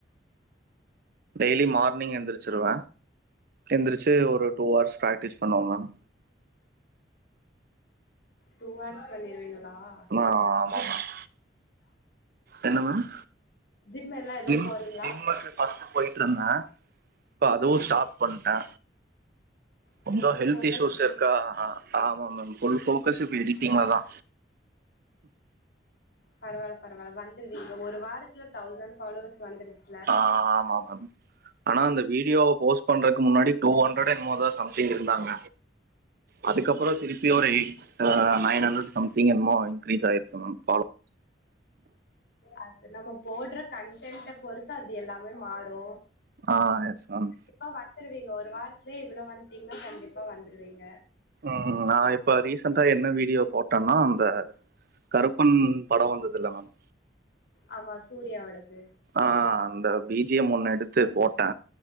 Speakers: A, on the right; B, on the left.
A: டெய்லி மார்னிங் எந்திரிச்சிருவ எந்திரிச்சு ஒரு டூ ஹார்ஸ் ப்ராக்டிஸ் பண்ணுவோம் மேம்
B: டூ ஹார்ஸ் பண்ணிருவீங்ளா சூப்பர்
A: ஆமாம்
B: ஜி
A: மேம் என்ன மேம்
B: ஜிம் எல்லா எதோ
A: ஜி
B: போறீங்ளா
A: ஜிம்முக்கு ஃபர்ஸ்ட்போயட்டு இருந்த இப்ப அதுவு ஸ்டாப் பண்ட்ட
B: இப்ப
A: கொஞ்சோ
B: ஃபுல்
A: ஹெல்த்
B: ஃபோக்கஸ்
A: இஷ்ஷுஸ் இருக்கா அ ஆமா மேம் ஃபுல் போக்கஸ் எடிட்டிங்லதா
B: பரவால பரவால வந்துருவீங்க ஒரு வாரத்துல தௌசண்ட் ஃபாலோவர்ஸ் வந்துருச்சல
A: ஆமா மேம் ஆனா அந்த வீடியோ போஸ்ட் பண்றக்கு முன்னாடி டூ ஹண்டர்டு மொதோ சம்திங் இருந்தாங்க அதுக்கப்றோ திருப்பி ஒரு எயிட் நைன் ஹண்ட்ரட் சம்திங் என்னமோ இன்க்ரீஸ் ஆயிருக்கு மேம் ஃபாலோ
B: அது நம்ம போடுற கன்டன்ட் பொறுத்து அது எல்லாமே மாறு
A: ஆ எஸ் மேம்
B: இப்ப வந்துருவீங்க ஒரு வாரத்துலயே இவ்ளோ வந்ட்டீங்கனா கண்டிப்பா வந்துருவீங்க
A: ம் நா இப்ப ரீசன்டா என்ன வீடியோ போட்டன்னா அந்த கருப்பன் படோ வந்ததது இல்ல மேம்
B: ஆமா சூர்யாவோடது
A: ஆ அந்த பீஜியம் ஒன்னு எடுத்து போட்ட